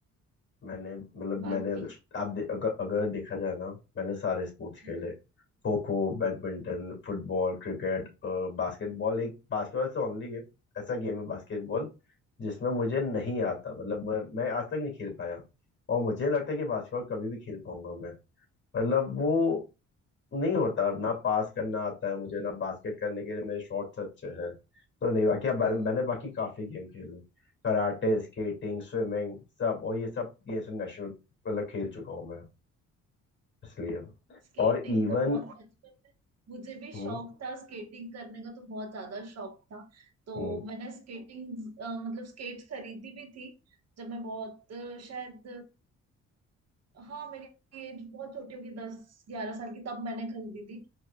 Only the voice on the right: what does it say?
बाकी
हम्म,
हम्म।
स्केटिंग
तो बहुत बचपन में मुझे भी
शौक था स्केटिंग करने का तो बहुत ज्यादा शौक था तो
मैंने स्केटिंग मतलब स्केट्स खरीदी भी थी जब मैं बहुत अ, शायद अ, हाँ मेरी एज बहुत छोटी होगी दस ग्यारह साल की तब मैंने खरीदी थी